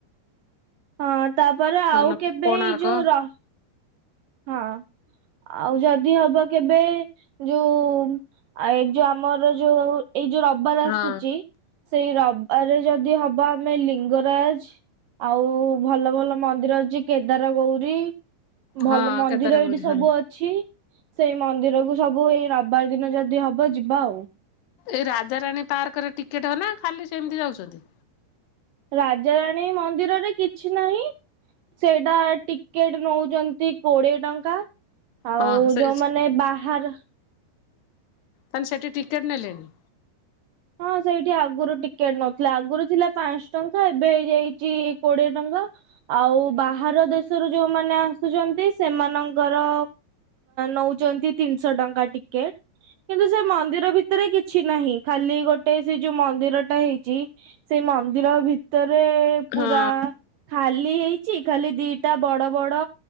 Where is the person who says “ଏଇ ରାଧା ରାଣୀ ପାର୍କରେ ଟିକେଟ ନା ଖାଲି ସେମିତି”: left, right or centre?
Left